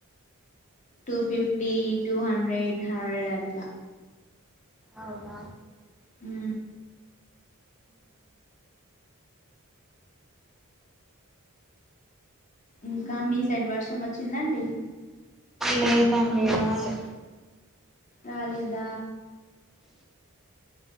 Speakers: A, on the left; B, in the centre.
A: two fifty two hundred hundred అట్ల
B: అవున
A: హు ఇంకా మీ సైడ్ వర్షం వచ్చింద అండి
B: లేదండి రాలే
A: రాలేద